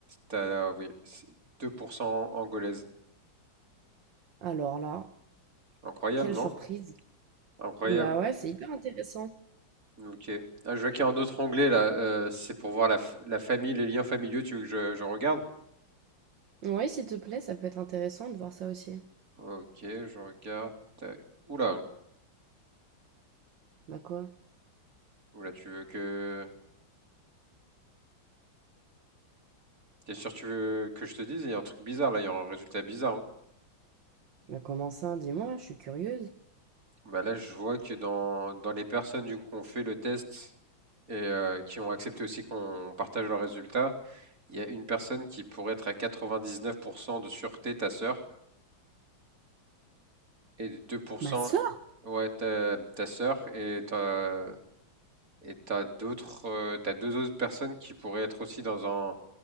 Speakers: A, on the right (about 45°); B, on the right (about 65°).
A: t'as, oui, c'est 2% angolaise.
B: Alors là,
A: Incroyable,
B: quelle
A: non?
B: surprise.
A: Incroyable.
B: Bah ouais, c'est hyper intéressant.
A: Ok. Ah, je vois qu'il y a un autre onglet là. Euh, c'est pour voir la, f- la famille, les liens familiaux. Tu veux que je, je regarde?
B: Oui s'il te plaît, ça peut être intéressant de voir ça aussi.
A: Ok, je regarde. Tac. Oula.
B: Bah quoi?
A: Oula, tu veux que. T'es sûr que tu veux que je te dise? Il y a un truc bizarre là, il y a un résultat bizarre. hein.
B: Bah comment ça? Dis-moi, je suis curieuse.
A: Bah là, je vois que dans, dans les personnes du coup qu'on fait le test et euh, qui ont accepté aussi qu'on partage leurs résultats, il y a une personne qui pourrait être à 99% de sûreté, ta sœur, et 2%,
B: Ma sœur?
A: ouais, ta, ta sœur, et t'as, et t'as d'autres, euh, t'as deux autres personnes qui pourraient être aussi dans un-